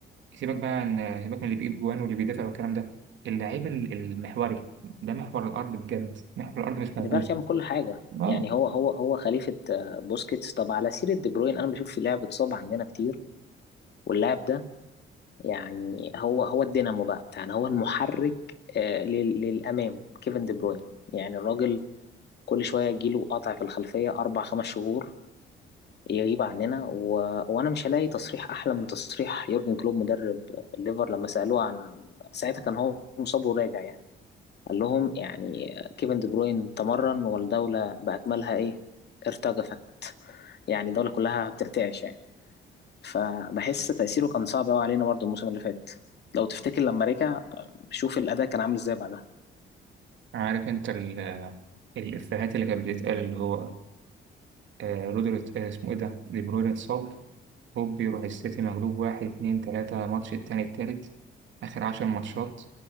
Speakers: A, on the right (about 70°); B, on the left (about 55°).
A: سيبك بقى عن سيبك من اللي بيجيب جوان واللي بيدافع والكلام ده اللعيب ال- المحوري ده محور الارض بجد محور الارض مش موجود
B: ديبارتي يعمل كل حاجه
A: اه
B: يعني هو هو هو خليفه آه، بوسكيتس طب على سيره دي بروين انا بشوف في لاعب اتصاب عندنا كتير واللاعب ده يعني هو هو الدينامو بقى بتاعنا هو المحرك آه، لل- للأمام كيفن دي بروين يعني الراجل كل شوية يجيله قطع في الخلفية أربع خمس شهور يغيب عننا و... وأنا مش هلاقي تصريح أحلى من تصريح يورجن كلوب مدرب الليفر لما سألوه عن ساعتها كان هو مصاب وراجع يعني قال لهم يعني كيفن دي بروين تمرن والدولة بأكملها إيه ارتجفت يعني الدولة كلها بترتعش يعني فبحس تأثيره كان صعب قوي علينا برضه الموسم اللي فات لو تفتكر لما رجع شوف الأداء كان عامل ازاي بعدها
A: عارف انت ال- الافيهات اللي كانت بتتقال اللي هو آه رودري آه اسمه ايه ده دي بروين اتصاب هوب يروح السيتي مغلوب واحد اتنين تلاتة ماتش التاني التالت اخر عشر ماتشات